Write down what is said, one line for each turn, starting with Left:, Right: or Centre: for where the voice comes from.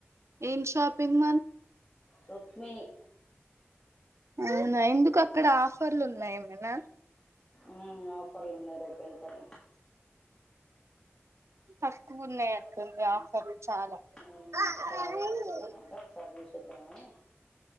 Right: ఏం షాపింగ్ మాల్
Left: రుక్మిణి
Right: అవునా ఎందుకు అక్కడ ఆఫర్లు ఉన్నాయ ఏమైనా
Left: ఉమ్ ఆఫర్లు ఉన్నాయి రేపు వెళ్తాను
Right: తక్కువ ఉన్నాయి అంటుంది ఆఫర్లు చాలా
Left: ఉమ్ చాలా
Right: అవునా
Left: తక్కు ఉన్నాయంట ఒకసారి చూసిద్దామని